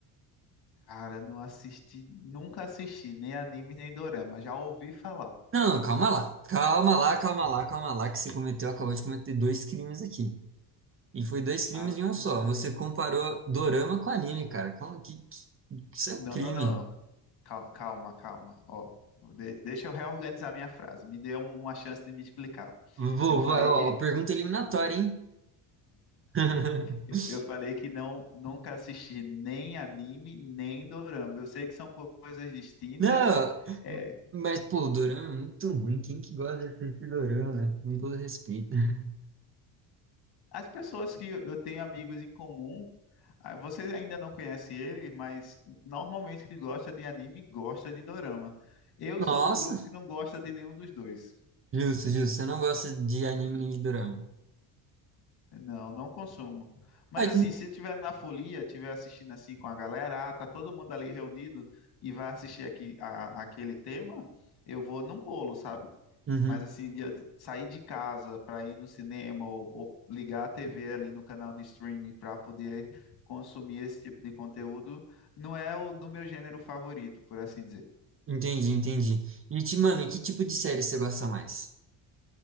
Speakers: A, on the left; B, on the right.
A: Cara, não assisti, nunca assisti, nem anime, nem dorama. Já ouvi falar.
B: Não, calma lá. Calma lá, calma lá, calma lá, que você cometeu, acabou de cometer dois crimes aqui. E foi dois crimes
A: Ave
B: em um só.
A: Maria.
B: Você comparou dorama com anime, cara. Calma, que, que- isso é um
A: Não,
B: crime.
A: não, não. não. Cal- Calma, calma. Ó, de- deixa eu reorganizar minha frase. Me dê um- uma chance de me explicar.
B: Vou,
A: Eu falei
B: vai, ó,
A: que
B: pergunta eliminatória, hein? <laughs>
A: Eu eu falei que não, nunca assisti nem anime, nem dorama. Eu sei que são co- coisas distintas.
B: Não,
A: É,
B: mas, pô, o dorama é muito ruim. Quem que gosta de assistir dorama? né? Com todo respeito. <laughs>
A: as pessoas que eu eu tenho amigos em comum, ah, vocês ainda não conhecem ele, mas normalmente que gosta de anime, gosta de dorama. Eu
B: Nossa,
A: sou do grupo que não gosta de nenhum dos dois.
B: justo, justo. Você não gosta de anime nem de dorama.
A: Não, não consumo. Mas
B: Ah, que-
A: assim, se tiver na folia, tiver assistindo assim com a galera, ah, tá todo mundo ali reunido e vai assistir aqui a- aquele tema, eu vou num bolo, sabe?
B: Uhum.
A: Mas assim, de eu sair de casa para ir no cinema ou, ou ligar a TV ali no canal de streaming para poder consumir esse tipo de conteúdo, não é o do meu gênero favorito, por assim dizer.
B: Entendi, entendi. E, ti- mano, e que tipo de série você gosta mais?